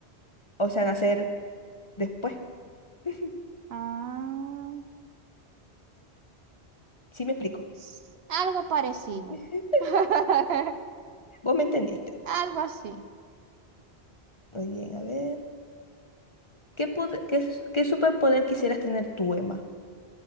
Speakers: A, on the left; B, on the right.
A: O sea, nacer después. <laughs>
B: Ah,
A: Sí me explico.
B: s- algo parecido.
A: <laughs>
B: <laughs>
A: Vos me entendiste.
B: Algo así.
A: Muy bien, a ver. ¿Qué, pod- qué, su- qué superpoder quisieras tener tú, Emma?